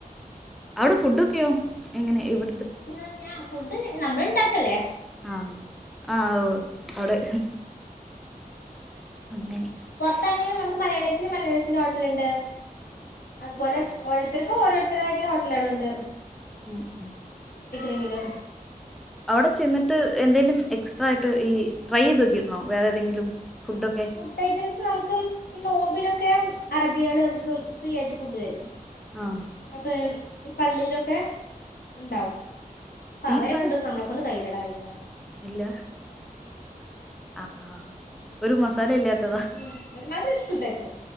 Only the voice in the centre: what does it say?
അവിടെ ഫുഡൊക്കെയോ എങ്ങനെ ഇവിടെ
ആഹ ആഹ അവിടെ അങ്ങനെ
ഉം ഉം
അവിടെ ചെന്നിട്ട് എന്തേലും എക്സ്ട്രാ ആയിട്ട് ഈ ട്രൈ ചെയ്ത് നോക്കിരുന്നോ വേറെ ഏതെങ്കിലും ഫുഡൊക്കെ
ആഹ്
ഈ
പ്രാവശ്യം
ഇല്ല ആ ഒരു മസാല ഇല്ലാത്ത